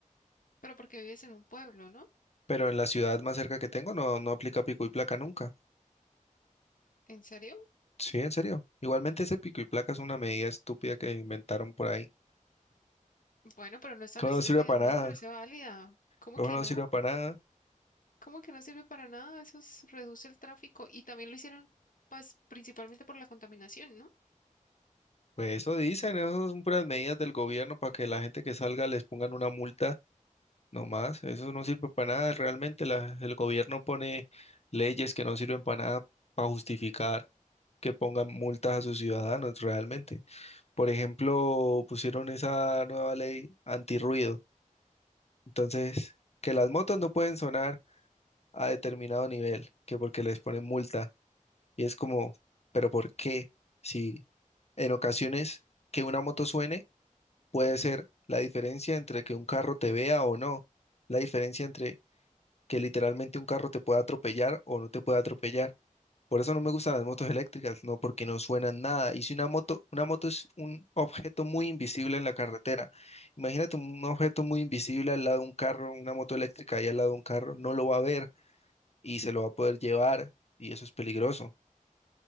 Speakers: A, on the left; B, on the left.
A: Pero porque vives en un pueblo, ¿no?
B: Pero en la ciudad más cerca que tengo no, no aplica pico y placa nunca.
A: ¿En serio?
B: Sí, en serio. Igualmente ese pico y placa es una medida estúpida que inventaron por ahí.
A: Bueno, pero no es tan
B: ¿Cómo
A: estúpida,
B: no sirve para
A: a mí
B: nada?
A: me parece válida. ¿Cómo
B: ¿Cómo
A: que
B: no
A: no?
B: sirve para nada?
A: ¿Cómo que no sirve para nada? Eso es- reduce el tráfico y también lo hicieron pas- principalmente por la contaminación, ¿no?
B: Pues eso dicen, eso son puras medidas del gobierno para que la gente que salga les pongan una multa No más, eso no sirve para nada. Realmente la- el gobierno pone leyes que no sirven para nada para justificar que pongan multas a sus ciudadanos realmente. Por ejemplo, pusieron esa nueva ley antirruido. Entonces, que las motos no pueden sonar a determinado nivel, que porque les ponen multa. Y es como, ¿pero por qué? Si en ocasiones que una moto suene puede ser la diferencia entre que un carro te vea o no, la diferencia entre que literalmente un carro te pueda atropellar o no te pueda atropellar. Por eso no me gustan las motos eléctricas, no porque no suenan nada. Y si una moto, una moto es un objeto muy invisible en la carretera. Imagínate un objeto muy invisible al lado de un carro, una moto eléctrica ahí al lado de un carro, no lo va a ver y se lo va a poder llevar y eso es peligroso.